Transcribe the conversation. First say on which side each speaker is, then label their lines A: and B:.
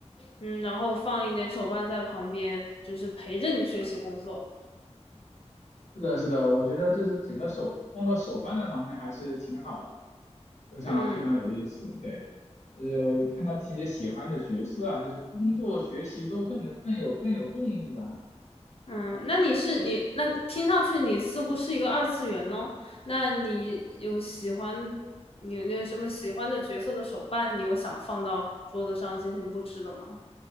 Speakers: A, on the left; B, on the left.
A: 嗯，然后放一点手办在旁边，就是陪着你学习工作。
B: 是的，是的，我觉得就是整个手放个手办在旁边还是挺好的。非常非常有意思，
A: 嗯
B: 对，就是看到自己的喜欢的角色啊，就是工作、学习都更更有更有动力了。
A: 嗯，那你是你那听上去你似乎是一个二次元哦。那你有喜欢你有你有什么喜欢的角色的手办？你有想放到桌子上进行布置的吗？